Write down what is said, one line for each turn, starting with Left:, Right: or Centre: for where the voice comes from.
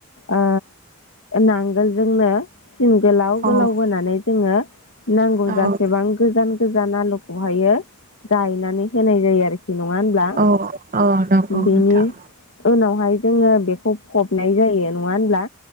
Left: ओ नांगोलजोंनो सिन गोलाव
Right: औ
Left: गोलाव बोनानै जोङो नांगौ
Right: औ
Left: जासेबां गोजान गोजान जान आलुखौहायो गायनानै होनाय जायो आरोखि। नङा होनब्ला
Right: औ औ नंगौ
Left: बेनि
Right: नोंथां
Left: उनावहाय जोङो बेखौ फबनाय जायो नङा होनब्ला